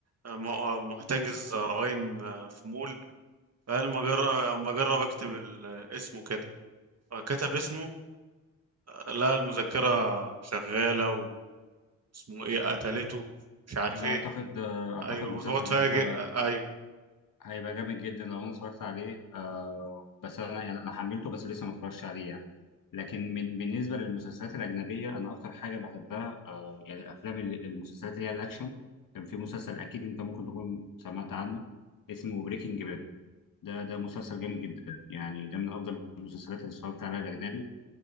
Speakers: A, on the right (about 40°); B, on the left (about 55°).
A: آه، م- آه، محتجز رهائن آه، في مول فقال ما جرب ما جرب اكتب ال- اسمه كده فكتب اسمه لقى المذكرة شغالة واسمه ايه قتلته مش عارف
B: ده
A: ايه
B: اعتقد آه اعتقد
A: ايوه
B: مسلسل
A: وهو اتفاجئ
B: هيبقى
A: آه، ايوه
B: هيبقى جامد جدا لو انا اتفرجت عليه آه بس انا يعني انا حملته بس لسه ما اتفرجتش عليه يعني لكن من بالنسبه للمسلسلات الاجنبيه انا اكتر حاجه بحبها يعني الافلام اللي المسلسلات اللي هي الاكشن كان في مسلسل اكيد انت ممكن تكون سمعت عنه اسمه بريكنج باد ده ده مسلسل جامد جدا يعني ده من افضل المسلسلات اللي اتفرجت عليها الاجنبي